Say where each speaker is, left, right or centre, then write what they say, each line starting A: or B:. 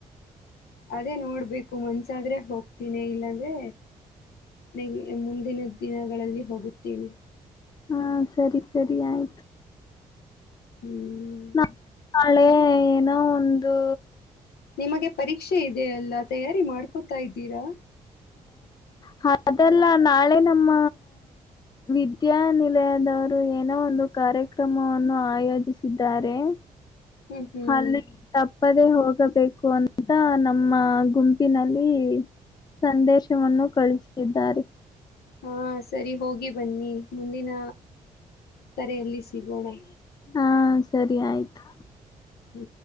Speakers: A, on the left (about 70°); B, on the left (about 25°).
A: ಅದೇ ನೋಡ್ಬೇಕು ಮನ್ಸಾದ್ರೆ ಹೋಗ್ತೀನಿ ಇಲ್ಲಾಂದ್ರೆ ನನಗೆ ಮುಂದಿನ ದಿನಗಳಲ್ಲಿ ಹೋಗುತ್ತೀವಿ
B: ಹಾ ಸರಿ ಸರಿ ಆಯ್ತು
A: ಹ್ಮ್
B: ನ ನಾಳೆ ಏನೋ ಒಂದು
A: ನಿಮಗೆ ಪರೀಕ್ಷೆ ಇದೆಯಲ್ಲ ತಯಾರಿ ಮಾಡ್ಕೊತಾ ಇದ್ದೀರಾ
B: ಹ ಅದೆಲ್ಲ ನಾಳೆ ನಮ್ಮ ವಿದ್ಯಾನಿಲಯದವರು ಏನೋ ಒಂದು ಕಾರ್ಯಕ್ರಮವನ್ನು ಆಯೋಜಿಸಿದ್ದಾರೆ
A: ಹ್ಮ್ ಹ್ಮ್
B: ಅಲ್ಲಿ ತಪ್ಪದೆ ಹೋಗಬೇಕು ಅಂತ ನಮ್ಮ ಗುಂಪಿನಲ್ಲಿ ಸಂದೇಶವನ್ನು ಕಳಿಸಿದ್ದಾರೆ
A: ಹಾ ಸರಿ ಹೋಗಿ ಬನ್ನಿ ಮುಂದಿನ ಕರೆಯಲ್ಲಿ ಸಿಗೋಣೆ
B: ಹಾ ಸರಿ ಆಯ್ತು
A: ಹ್ಮ್